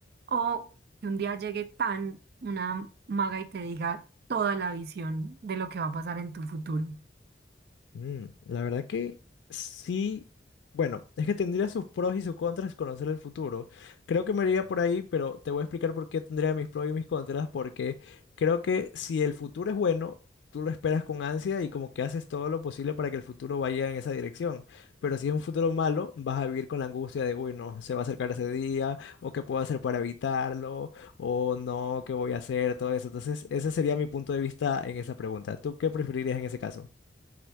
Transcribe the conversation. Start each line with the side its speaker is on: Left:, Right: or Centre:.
Right: ¿O que un día llegue tan una maga y te diga toda la visión de lo que va a pasar en tu futuro?
Left: Mm, la verdad que sí, bueno, es que tendría sus pros y sus contras conocer el futuro. Creo que me iría por ahí, pero te voy a explicar por qué tendría mis pros y mis contras, porque creo que si el futuro es bueno, tú lo esperas con ansia y como que haces todo lo posible para que el futuro vaya en esa dirección. Pero si es un futuro malo, vas a vivir con la angustia de, uy, no, se va a acercar ese día, o qué puedo hacer para evitarlo, o no, qué voy a hacer, todo eso. Entonces, ese sería mi punto de vista en esa pregunta. ¿Tú qué preferirías en ese caso?